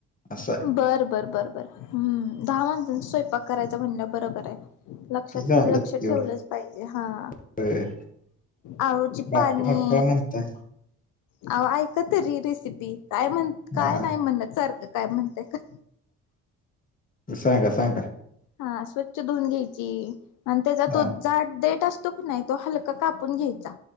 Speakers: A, on the left; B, on the left.
A: चं
B: बरं बरं बरं बरं हं दहा माणसांचा स्वयंपाक करांयचा म्हणलं बरोबर आहे लक्षांत
A: ते झालंच
B: लंक्ष
A: की
B: ठेवलंच पाहिजे हां
A: होय.
B: आळूंची
A: बाकी
B: पाणे
A: मग काय म्हणताय
B: अहो वोऐक तरी रेसिपी कायं म्हणं कायं
A: हा.
B: नाहीं म्हणणं सारखं कामं म्हणतंय कां
A: सांगा सांगा
B: हां स्वंच्छ धुवूंन घ्यायची आणि त्यांचा
A: हा
B: तूं देठं असतो की नाहीं तो हल्कां कापूंन घ्यायचां